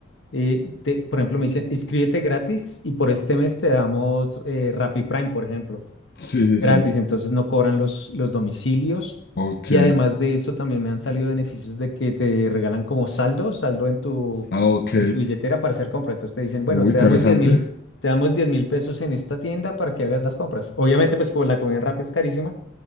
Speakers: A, on the left (about 85°); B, on the left (about 55°).
A: eh, te- por ejemplo, me dicen, inscríbete gratis y por este mes te damos eh, Rappi Prime, por ejemplo.
B: Sí, sí,
A: Gratis,
B: sí.
A: entonces no cobran los, los domicilios.
B: Ok.
A: Y además de eso, también me han salido beneficios de que te regalan como saldo, saldo en tu,
B: Ah, ok.
A: en tu billetera para hacer compras. Entonces te dicen, bueno,
B: Uy,
A: te
B: interesante.
A: damos diez mil, te damos diez mil pesos en esta tienda para que hagas las compras. Obviamente, pues como la comida en Rappi es carísima,